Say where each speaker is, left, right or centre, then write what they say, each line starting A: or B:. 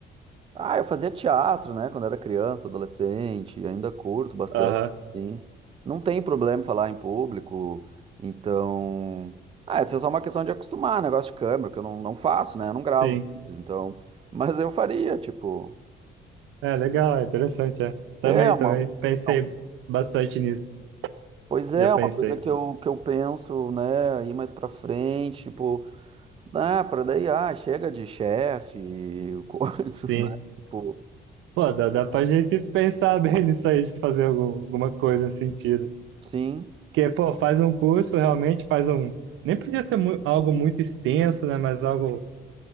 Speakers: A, on the right; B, on the right.
A: ah, eu fazia teatro, né, quando era criança, adolescente, ainda curto bastante,
B: Aham,
A: sim. Não tem problema falar em público, então, ah, isso é só uma questão de acostumar, negócio de câmera, que eu não, não faço, né, eu não gravo
B: sim.
A: vídeos, então, mas eu faria, tipo,
B: É legal, é interessante, é. Também,
A: é uma
B: também. Pensei
A: não,
B: bastante nisso.
A: Pois é,
B: Já pensei.
A: uma coisa que eu, que eu penso, né, ir mais pra frente, tipo, ah, pra daí, ah, chega de chefe, coisa,
B: Sim.
A: <laughs> né, tipo,
B: Pô, dá, dá pra gente pensar <laughs> bem nisso aí, de fazer algum- alguma coisa nesse sentido.
A: sim.
B: Porque, pô, faz um curso, realmente faz um. Nem podia ser mu- algo muito extenso, né? Mas algo,